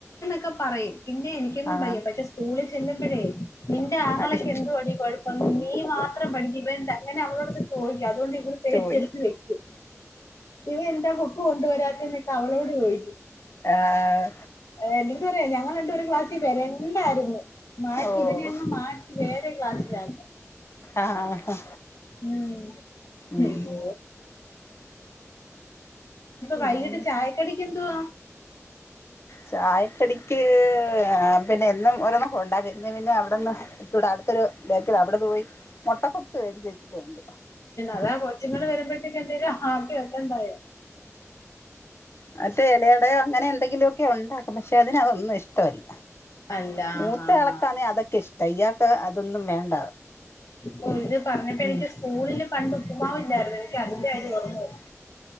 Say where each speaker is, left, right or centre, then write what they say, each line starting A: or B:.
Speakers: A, on the left (about 75°); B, on the left (about 50°).
A: ഒക്കെ പറയും പിന്നെ എനിക്കൊന്നും
B: ആഹ്
A: വയ്യ പക്ഷേ സ്കൂളിൽ ചെല്ലുമ്പഴേ നിന്റെ ആങ്ങളക്ക്
B: അടി
A: എന്തുവാടി കൊഴപ്പം നീ മാത്രം പഠി <unintelligible> അങ്ങനെ അവളോടുത്ത് ചോദിക്കും അതുകൊണ്ട് ഇവൾ പേടിച്ചെടുത്ത്
B: ചോയി
A: വെക്കും ഇവൻ എന്താ ബുക്ക്‌ കൊണ്ടുവരാത്തെ എന്നക്കെ അവളോട് <unintelligible>
B: ആഹ്
A: എന്റട്ത് പറയുകയാ ഞങ്ങൾ രണ്ടും ഒരു ക്ലാസ്സിൽ വരണ്ടായിരുന്നു. മാറ്റി
B: ഓഹ്
A: ഇതിനെ അങ്ങ് മാറ്റി വേറെ ക്ലാസ്സിലാക്കാൻ
B: ആഹ്
A: ഇനിയിപ്പ
B: ഉം പിന്നെ
A: വൈകിട്ട് ചായക്കടിക്കെന്തുവാ
B: ചായക്കടിക്ക് പിന്നെ എന്നും ഓരോന്നക്ക ഉണ്ടാക്കി പിന്നെ പിന്നെ അവിടെന്ന് ഇവിട അടുത്തൊരു ബേക്കറിയ്യാണ്. അവിടെ പോയി മൊട്ടപപ്പ്സ് വേടിച്ച് വെച്ചിട്ടുണ്ട്
A: അതാ കൊച്ചുങ്ങള് <unintelligible> വെക്കണ്ടായോ
B: അതെ മറ്റേ ഇലടയോ അങ്ങനെ എന്തെങ്കിലു മൊക്കെ ഉണ്ടാക്കും പക്ഷെ അതിനതൊന്നും ഇഷ്ടമല്ല
A: അല്ല
B: മൂത്ത
A: ആഹാഹ
B: ആൾക്കാന്നെ അതൊക്കെ ഇഷ്ടം ഇയാൾക്ക് അതൊന്നും വേണ്ട
A: ഓ ഇത് പറഞ്ഞപ്പ
B: ഉം
A: എനിക്ക് സ്കൂളില് പണ്ട് ഉപ്പുമാവ് <unintelligible>